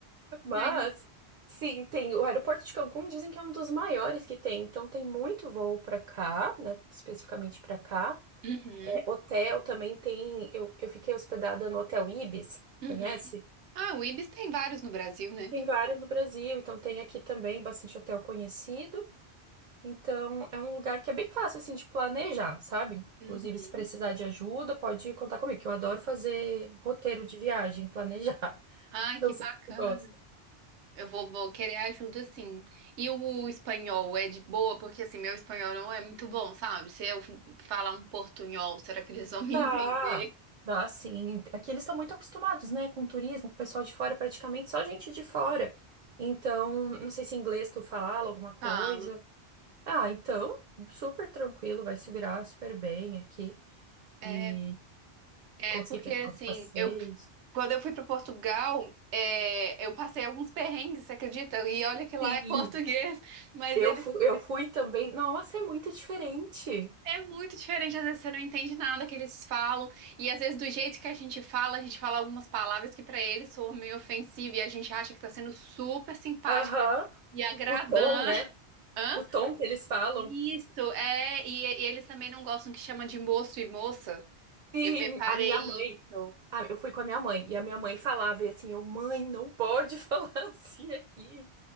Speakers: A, on the right; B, on the right.
A: Mas,
B: é. em-
A: sim, tem o aeroporto de Cancún, dizem que é um dos maiores que tem, então tem muito voo para cá, né, especificamente para cá.
B: Uhum,
A: É, hotel também tem, eu, eu fiquei hospedada no Hotel Ibis,
B: uhum.
A: conhece?
B: Ah, o Ibis tem vários no Brasil, né?
A: Tem vários no Brasil, então tem aqui também bastante hotel conhecido. Então, é um lugar que é bem fácil, assim, de planejar, sabe?
B: Uhum.
A: Inclusive, se precisar de ajuda, pode contar comigo, que eu adoro fazer roteiro de viagem, planejar. <laughs>
B: Ai, que
A: Não
B: bacana.
A: sei se tu gosta.
B: Eu vou, vou querer ajuda, sim. E o espanhol é de boa? Porque, assim, meu espanhol não é muito bom, sabe? Se eu falar um portunhol, será que eles vão <laughs> me
A: Dá,
B: entender?
A: dá sim. Aqui eles estão muito acostumados, né, com o turismo, com o pessoal de fora, praticamente só gente de fora. Então, não sei se em inglês tu fala alguma coisa.
B: Falo.
A: Ah, então, super tranquilo, vai se virar super bem aqui
B: É,
A: e
B: é
A: conseguir
B: porque
A: fechar
B: assim,
A: os passeios.
B: eu Quando eu fui para Portugal, é, eu passei alguns perrengues, você acredita? E olha que lá
A: Sim,
B: é <laughs> português, mas
A: eu
B: ele
A: fui, eu fui também. Nossa, é muito diferente.
B: é muito diferente. Às vezes você não entende nada que eles falam, e às vezes do jeito que a gente fala, a gente fala algumas palavras que para eles soam meio ofensiva e a gente acha que tá sendo super simpática
A: Aham,
B: e agradando.
A: O tom, né?
B: <laughs> Hã?
A: O tom que eles falam.
B: Isso, é, e, e eles também não gostam que chama de moço e moça.
A: Sim,
B: Eu reparei
A: a minha mãe.
B: isso.
A: Ah, eu fui com a minha mãe e a minha mãe falava e assim, eu, mãe, não pode <laughs> falar assim aqui.